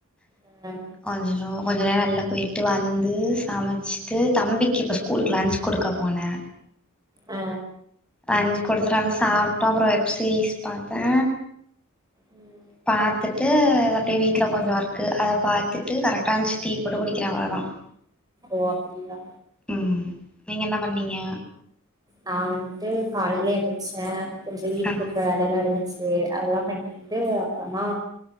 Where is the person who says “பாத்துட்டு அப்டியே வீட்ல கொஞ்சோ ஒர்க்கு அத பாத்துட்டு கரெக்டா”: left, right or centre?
Centre